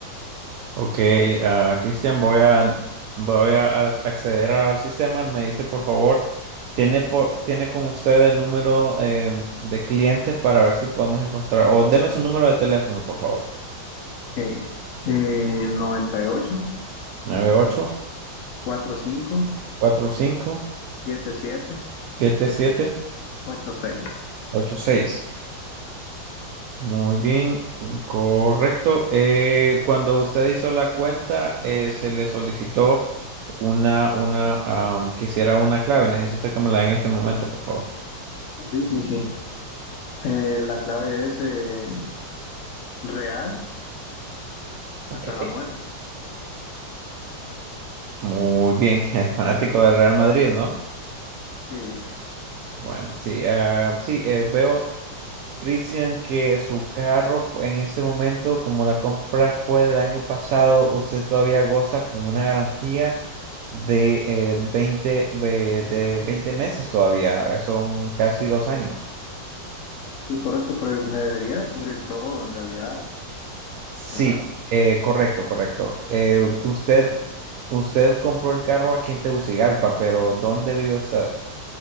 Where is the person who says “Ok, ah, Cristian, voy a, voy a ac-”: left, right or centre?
Right